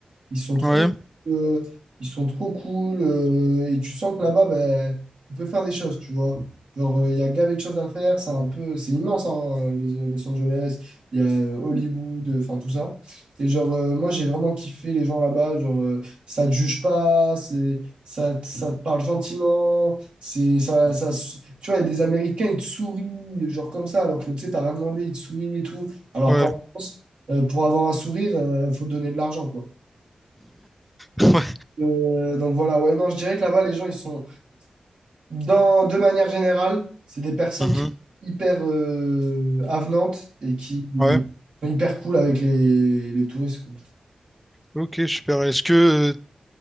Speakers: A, on the right; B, in the centre.
A: Ils sont trop,
B: ouais,
A: euh, ils sont trop cool. euh, et tu sens que là-bas, ben, on peut faire des choses, tu vois. Genre, euh, il y a gavé de choses à faire. C'est un peu, c'est immense, hein, Los Los Angeles. Il y a euh, Hollywood, euh, enfin tout ça. Et genre, euh, moi, j'ai vraiment kiffé les gens là-bas. Genre, euh, ça te juge pas, c'est, ça, ça te parle gentiment. C'est ça, ça, tu vois, il y a des Américains, ils te sourient, genre comme ça, alors que tu sais, t'as rien demandé, ils te sourient et tout. Alors
B: ouais,
A: qu'en France, euh, pour avoir un sourire, euh, faut donner de l'argent, quoi.
B: <laughs> ouais,
A: Euh, donc voilà, ouais, non, je dirais que là-bas, les gens, ils sont, dans, de manière générale, c'est des personnes
B: mhm,
A: qui sont hyper euh, avenantes et qui
B: ouais.
A: sont hyper cool avec les, les touristes, quoi.
B: Ok, super. Est-ce que euh,